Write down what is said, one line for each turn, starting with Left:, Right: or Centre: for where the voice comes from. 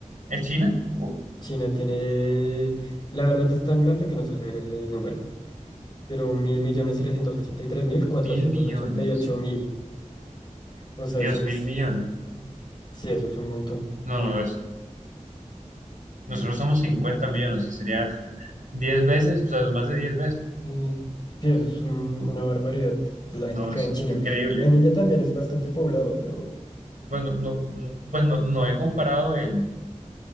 Right: ¿Es China? Uf,
Left: China tiene, la verdad es tan grande que no se le merece el número, pero mil millones trescientos ochenta y tres mil cuatrocientos
Right: mil millones.
Left: ochenta y ocho mil. O sea,
Right: Dios,
Left: eso es,
Right: mil millones.
Left: sí, eso es un montón.
Right: No, no, es, nosotros somos 50 millones, o sea, sería <laughs> 10 veces, o sea, más de 10 veces.
Left: Y- Sí, eso es un- una barbaridad. La gente
Right: No,
Left: cae
Right: es
Left: en China.
Right: increíble.
Left: En India también es bastante poblado, pero...
Right: Bueno, no, mm, pues no, no he comparado el,